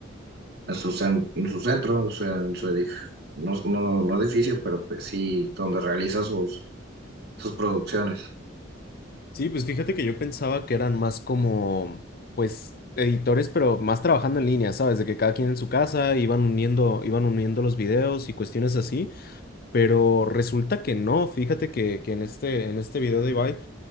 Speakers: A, on the right; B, on the left.
A: en su, cen- en su centro, o sea, en su edificio, no, no, no edificio, pero pues sí, donde realiza sus, sus producciones.
B: Sí, pues fíjate que yo pensaba que eran más como, pues, editores, pero más trabajando en línea, ¿sabes? De que cada quien en su casa iban uniendo, iban uniendo los videos y cuestiones así, pero resulta que no, fíjate que, que en este, en este video de Ibai,